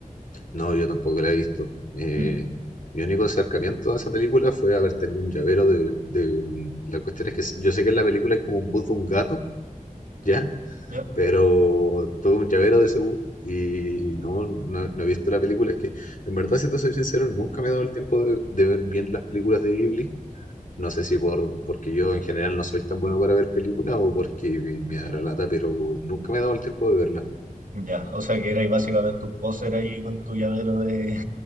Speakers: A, on the left (about 65°); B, on the right (about 70°).
A: No, yo tampoco la he visto. Eh,
B: Mm,
A: mi único acercamiento a esa película fue haber tenido un llavero de, de un- La cuestión es que yo sé que en la película hay como un bus de un gato, ¿ya?
B: ¿ya?
A: pero todo un llavero de Cebú. Y no, no, no he visto la película. Es que, en verdad, si te soy sincero, nunca me he dado el tiempo de, de ver bien las películas de Ghibli. No sé si por, porque yo en general no soy tan bueno para ver películas o porque me da la lata, pero nunca me he dado el tiempo de verlas.
B: Ya, o sea que eres básicamente un póster ahí con tu llavero de,